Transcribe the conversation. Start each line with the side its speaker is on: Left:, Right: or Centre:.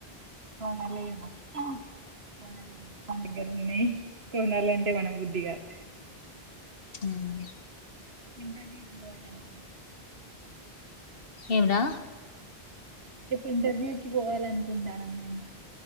Right: కొనలేము కొనలేము మన దగ్గరున్నయి కొనాలంటే కొనబుద్ధికాదు.
Left: ఉమ్.
Right: ఇంటర్వ్యూ కి పోవాలని ఉంది.
Left: ఏమి రా.
Right: ఇంటర్వ్యూకి. క్కిలొ పోయాలనుకుంటాన మేను